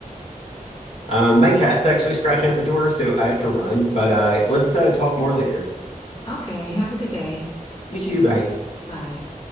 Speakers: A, on the left; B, on the left.
A: Um, my cat's actually scratching at the door, so I have to run, but uh, let's uh, talk more later.
B: Okay. Have a good day.
A: You too, bye.
B: Bye.